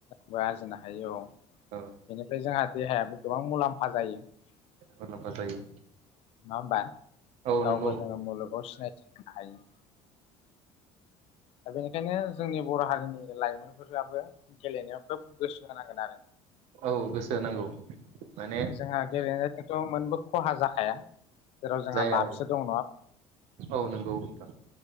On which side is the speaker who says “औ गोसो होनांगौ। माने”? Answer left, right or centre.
Right